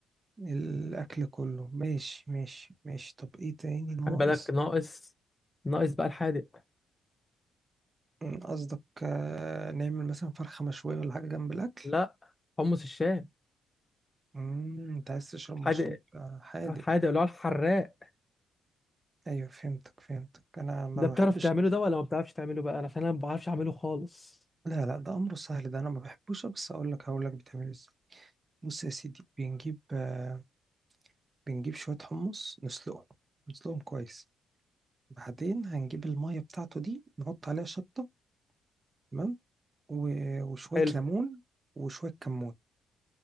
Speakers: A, on the right (about 30°); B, on the left (about 20°).
A: الأكل كله ماشي ماشي ماشي طب ايه تاني ناقص
B: خلي بالك ناقص ناقص بقى الحادق
A: مم، قصدك آه، نعمل مثلا فرخة مشوية ولا حاجة جنب الأكل
B: لا حمص الشام
A: مم، انت عايز تشرب
B: الحادق
A: مشروب آه، حادق
B: الحادق اللي هو الحراق
A: ايوه فهمتك فهمتك انا ما
B: ده بتعرف
A: بحبش
B: تعمله ده ولا ما بتعرفش تعمله بقى عشان انا ما بعرفش اعمله خالص
A: لا لا ده امره سهل ده انا ما بحبوش بس اقول لك هقول لك بتعمل ازاي بص يا سيدي بنجيب آه، بنجيب شويه حمص نسلقهم نسلقهم كويس بعدين هنجيب الميه بتاعته دي نحط عليها شطه تمام و- وشويه
B: حلو
A: ليمون وشويه كمون